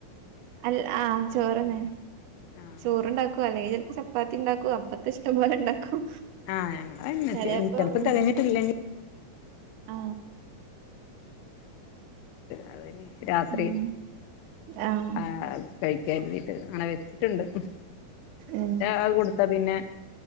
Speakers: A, on the right (about 80°); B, on the left (about 80°).
A: അൽ ആ ചോറന്നെ
B: ആഹ്
A: ചോറുണ്ടാക്കും അല്ലേൽ ചെൽപ്പൊ ചപ്പാത്തി ണ്ടാക്കും അപ്പത്തെ ഷ്ട്ടം പോലെ ണ്ടാക്കും
B: ആഹ് ഞങ്ങളന്നെ
A: ചെലേപ്പൊ
B: ചെലപ്പോ
A: ഉം
B: തികഞ്ഞിട്ടില്ലെങ്കിൽ
A: ആ
B: അതെ ന്നി രാത്രി
A: ഉം ആഹ്
B: ആ കഴിക്കര്തിട്ട് അങ്ങനെ വെച്ചിട്ടുണ്ട് <unintelligible>
A: ഉം
B: അത് കൊടുത്താ പിന്നെ